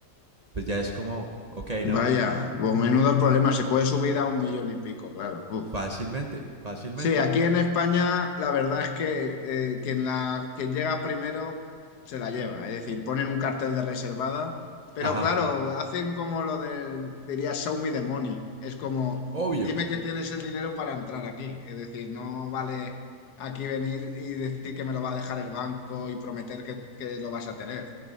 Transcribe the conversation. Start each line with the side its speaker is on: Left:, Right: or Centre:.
Right: pues ya es como, ok,
Left: Vaya,
Right: no,
Left: pues menudo problema, se puede subir a un millón y pico, claro. Uf.
Right: Fácilmente, fácilmente.
Left: Sí, aquí en España la verdad es que eh, quien, la, quien llega primero se la lleva, es decir, ponen un cartel de reservada, pero
Right: Ajá,
Left: claro, hacen como lo del, diría, show me the money, es como,
Right: obvio.
Left: dime que tienes el dinero para entrar aquí, es decir, no vale aquí venir y decir que me lo va a dejar el banco y prometer que, que lo vas a tener,